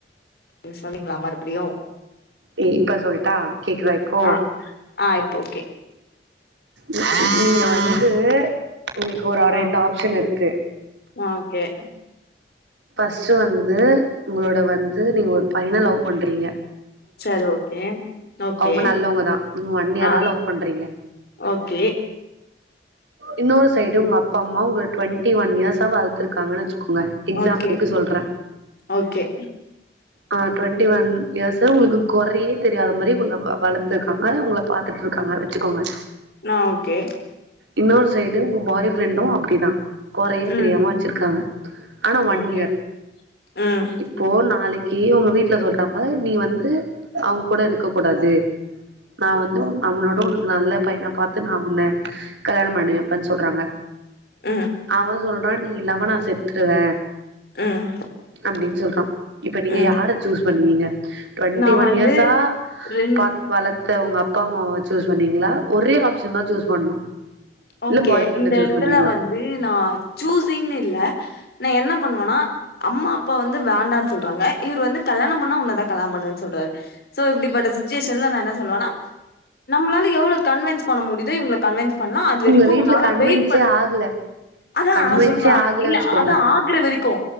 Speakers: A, on the left; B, on the right.
A: இது சொன்னிங்லா மறுபடியு
B: ம் இப்ப சொல்ட்டா கேக்குதா இப்போ
A: ஆ ஆ இப்ப ஓகே
B: நீங்க வந்து உங்களுக்கு ஒரு
A: ஆ
B: ரெண்டு ஆப்ஷன் இருக்கு
A: ஓகே
B: ஃபஸ்ட்டு வந்து உங்களோட வந்து நீங்க ஒரு பையன லவ் பண்றீங்க
A: செரி ஓகே ஓகே
B: அவுங்க நல்லவ்ங்கதா நீங்க ஒன் இயரா
A: ஆ
B: லவ் பண்றீங்க
A: ஓகே
B: இன்னொரு சைடு உங்க அப்பாம்மா உங்கள டுவென்டி ஒன் இயர்ஸா வள்த்திருக்காங்கன்னு வச்சு க்கோங்க எக்ஸாம்பில்க்கு
A: ஓகே
B: சொல்றே
A: ஓகே
B: ஆ டுவென்டி ஒன் இயர்ஸா உங்களுக்கு கொறையே தெரியாதமாரி உங்கள வ வளத்திருக்காங்க உங்கள பாத்துட்ருக் க்காங்க வச்சுக்கோங்க
A: நா ஓகே
B: இன்னொரு சைடு உங்க பாய் ஃப்ரெண்டு அப்டிதா கொறையே
A: ம்
B: தெரியாம வச்சிருக்காங்க ஆனா ஒன்
A: ஓகே
B: இயர்
A: ம்
B: இப்போ நாளைக் கி உங்க வீட்ல சொல்றாங்க நீ வந்து அவுங்கூட இருக்க கூடாது நா வந்து உன் அவனோட உனக்கு நல்ல பையனா பாத்து நா உன்ன கல்யாணம் பண்ணிவப்பனு சொல்றாங்க
A: ம்
B: அவ சொல்றா நீ இல்லாம நா செத்துருவ
A: ம்
B: அப்டின் சொல்றா இப்ப நீங்க
A: ம்
B: யார சூஸ் பண்ணுவீங்க டுவென்டி
A: நா
B: ஒன்
A: வந்து
B: இயர்ஸா
A: ரெண்
B: பாத் வளத்தவங்க அப் அப்பா அம்மாவ வச்சி சொண்ணீங்களா ஒரே ஆப்ஷன் தா சூஸ் பண்ணு
A: ஓகே
B: இல்ல பாய் ஃப்ரெண்ட
A: இந்த
B: சூஸ்
A: எடத்துல
B: பண்ணுவீங்களா
A: வந்து நா சூசிங்ன்னு இல்ல நா என்னப் பண்ணுவனா அம்மா அப்பா வந்து வேண்டான் சொல்றாங்க இவரு வந்து கல்யாணம் பண்ணா உன்னதா கல்யாணம் பண்ணுவ சொல்றாரு சோ இப்டிபட்ட சிச்சுவேஷன்ல நா என்ன சொல்லுவனா நம்மளால எவ்ளோ கன்வின்ஸ் பண்ண முடியுதோ இவங்கள கன்வின்ஸ் பண்லா அது வரைக்கு
B: உங்க வீட்ல
A: உன்னால
B: கன்வின்ஸே
A: வெயிட் பண்ண
B: ஆகல
A: அதா
B: கன்வின்ஸே
A: நா சொல்லுவ
B: ஆகல
A: இல்ல
B: வச்சுக்கோங்க
A: அதா ஆகுர வரிக்கு